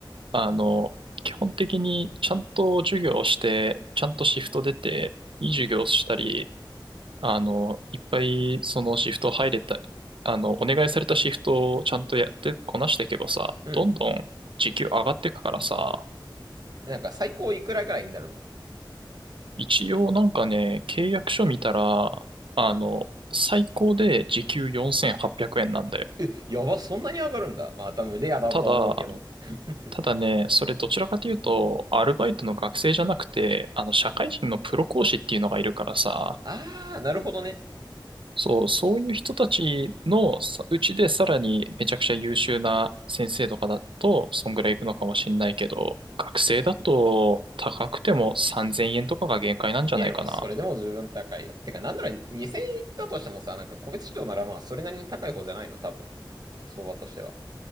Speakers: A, on the right; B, on the right.
A: う、あの、基本的にちゃんと授業をして、ちゃんとシフト出て、いい授業をしたり、あの、いっぱいそのシフト入れた、あの、お願いされたシフトをちゃんとやってこなしていけばさ、
B: うん。
A: どんどん時給上がっていくからさ、
B: なんか最高いくらぐらいになるの
A: 一応なんかね、契約書見たら、あの、最高で時給4800円なんだよ。
B: え、やば、そんなに上がるんだ。まあ多分レアだとは思うけど。
A: ただ、
B: <laughs>
A: ただね、それどちらかというと、アルバイトの学生じゃなくて、あの、社会人のプロ講師っていうのがいるからさ、
B: あー、なるほどね。
A: そう、そういう人たちのさうちでさらにめちゃくちゃ優秀な先生とかだと、そんぐらいいくのかもしんないけど、学生だと高くても3000円とかが限界なんじゃないかな。
B: え、でもそれでも十分高いよ。てか、なんなら2000円いったとしてもさ、なんか個別指導ならまあそれなりに高い方じゃないの、多分。相場としては。